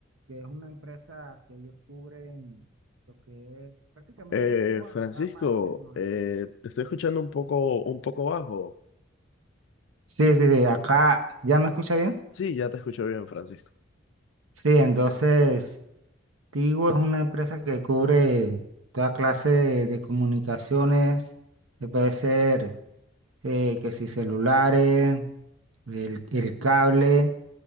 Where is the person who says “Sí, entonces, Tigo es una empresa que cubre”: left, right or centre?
Right